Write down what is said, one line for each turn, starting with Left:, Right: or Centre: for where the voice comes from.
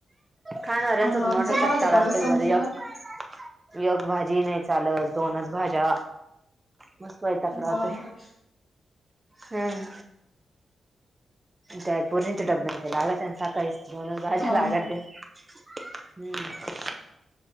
Right: खाणाऱ्यांचा
Left: हा ना
Right: तर
Left: आमचा
Right: मोठा चटका
Left: भाजीपाला
Right: राहतोय
Left: संपला
Right: बर एक एक भाजी नाही.. कालच दोनच भाज्या मस वैताग राहतोय.
Left: बापरे
Right: हम् काय पोरीत त्या डब्याला लागात्याना सकाळी दोनच भाज्या
Left: हा
Right: लागात्या हम्म